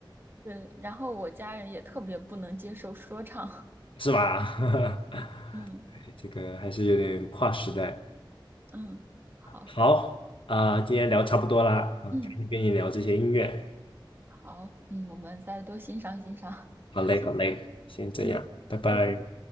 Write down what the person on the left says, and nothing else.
<laughs> 是吧？<laughs>
这个还是有点跨时代。
好啊，今天聊差不多啦，嗯，
赶紧跟你聊这些音乐。
好嘞，
好嘞，先这样，
拜拜。